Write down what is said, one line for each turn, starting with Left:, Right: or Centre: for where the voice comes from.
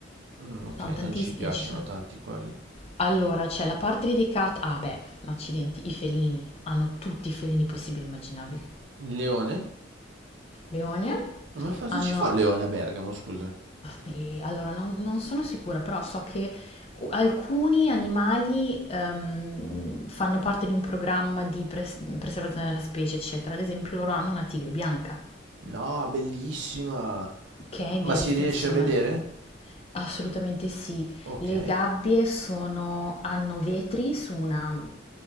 Right: Mm, ok,
Left: no, tantissimi,
Right: non ci piacciono
Left: ci sono
Right: tanti quelli.
Left: Allora, c'è la parte dedicata ah beh, accidenti, i felini, hanno tutti i felini possibili e immaginabili.
Right: Leone?
Left: Leone,
Right: Ma cosa
Left: hanno,
Right: ci fa un leone a Bergamo, scusa?
Left: e allora non, non sono sicura, però so che u- alcuni animali ehm, fanno parte di un programma di pres- preservazione della specie, eccetera. Ad esempio loro hanno una tigre bianca,
Right: No, bellissima!
Left: che è in
Right: Ma
Left: via
Right: si
Left: di estinzione.
Right: riesce a vedere?
Left: Assolutamente sì.
Right: Ok,
Left: Le gabbie sono hanno vetri su una